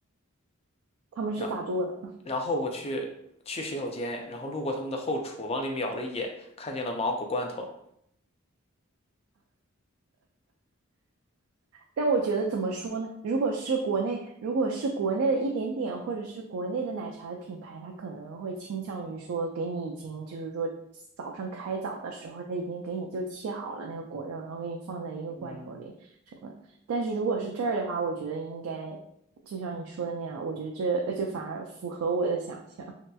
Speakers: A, on the right; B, on the left.
A: 他们是咋做的？
B: 然然后我去去洗手间，然后路过他们的后厨，往里瞄了一眼，看见了芒果罐头。
A: 但我觉得怎么说呢？如果是国内，如果是国内的一点点，或者是国内的奶茶的品牌，它可能会倾向于说给你已经就是说早上开早的时候，它已经给你就切好了那个果肉，然后给你放在一个罐头里什么的。
B: 嗯，
A: 但是如果是这儿的话，我觉得应该就像你说的那样，我觉得这这反而符合我的想象。